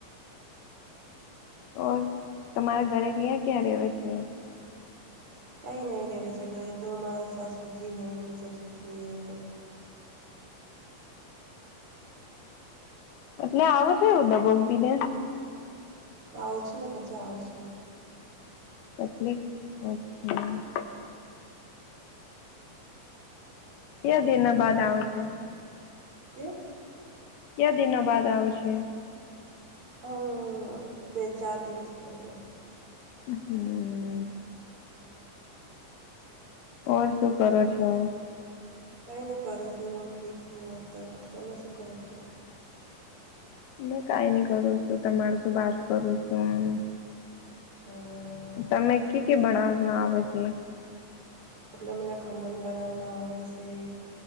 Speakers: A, on the left; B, on the right.
A: ઓર તમારા ઘરે ક્યાં ક્યાં ર રહેવે છે.
B: કઈ નહી રહેવે ઘરે તો મ્હારા સાસુજી હૈ સસુરજી હૈ
A: એટલે આવો છે એવું <unintelligible>
B: આવ છું ને પછી આવું છું
A: <unintelligible> અચ્છા કે <unintelligible> બાદ આવે છે
B: કે
A: કયા દિના બાદ આવું છે
B: હ બે ચાર દિવસ મજે
A: <unintelligible> ઓર શું કરો છો
B: કઈને કરો છું હું ઠીક છું તો તમે શું કરો છો
A: મે કઈ ન કરું છું તમાર શું વાત કરું છું
B: <unintelligible>
A: તમે કે કે બણાવ આવે છે
B: એટલે મને ખમણ બનાવના આવે છે